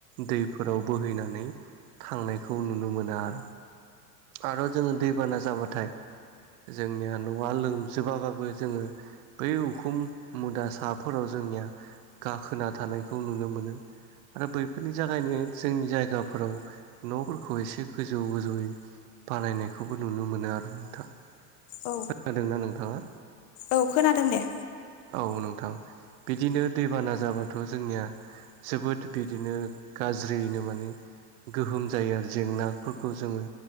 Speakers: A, on the right; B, on the left.
A: दैफोराव बोहैनानै थांनायखौ नुनो मोनो आर। आर जोंओ दैबाना जाबाथाय जोंनिया न'आ लोमजोबाबाबो जोङो बै उखुम मुदा साफोराव जोंनिया गाखोना थानायखौ नुनो मोनो। आरो बैफोरनि जागायनो जोंनि जायगाफोराव नफोरखौ एसे गोजौ गोजौयै बानायनायखौबो नुनो मोनो आरो नोंथां।
B: औ
A: खोनादोंना नोंथाङा?
B: औ खोनादों दे।
A: औ नोंथां बिदिनो दैबाना जाबाथ जोंनिया जोबोद बिदिनो गाज्रियैनो माने गोहोम जायो आरो जेंनाफोरखौ जोङो